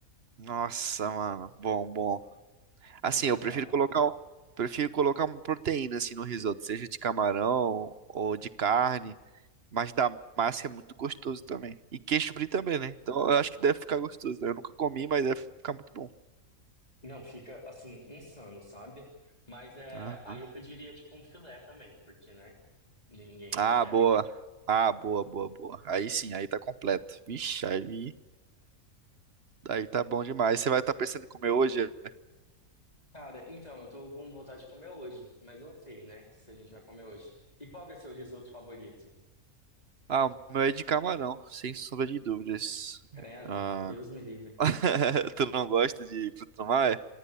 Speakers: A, on the right; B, on the left.
A: Nossa, mano. Bom, bom. Assim,
B: Não, surreal.
A: eu prefiro colocar, um- prefiro colocar uma proteína, assim, no risoto. Seja de camarão ou de carne. Mas da massa é muito gostoso também. E queijo brie também, né? Então eu acho que deve ficar gostoso. né? Eu nunca comi, mas deve ficar muito bom.
B: Não, fica assim, insano, sabe? Mas é,
A: Aham.
B: aí eu pediria tipo um filé também, porque, né? Ninguém
A: Ah,
B: é de ferro.
A: boa. Ah, boa, boa, boa. Aí sim, aí tá completo. Vixe, aí, aí tá bom demais. Você vai estar pensando em comer hoje?
B: Cara, então, eu tô com vontade de comer hoje, mas não sei, né, se a gente vai comer hoje. E qual que é o seu risoto favorito?
A: Ah, o meu é de camarão, sem sombra de dúvidas.
B: Credo,
A: Ah,
B: Deus me livre.
A: <laughs> tu não gosta de fruto do mar?